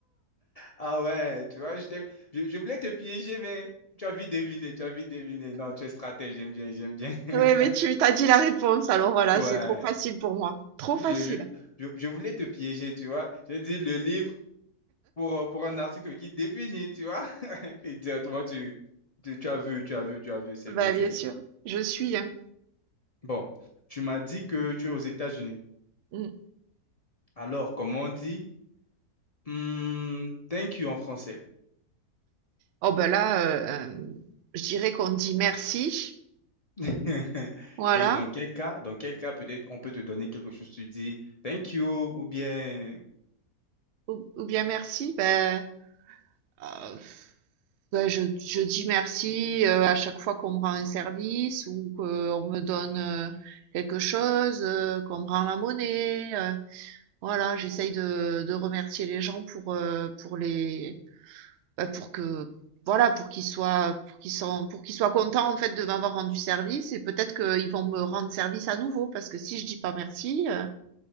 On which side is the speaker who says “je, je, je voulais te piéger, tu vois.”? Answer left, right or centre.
Left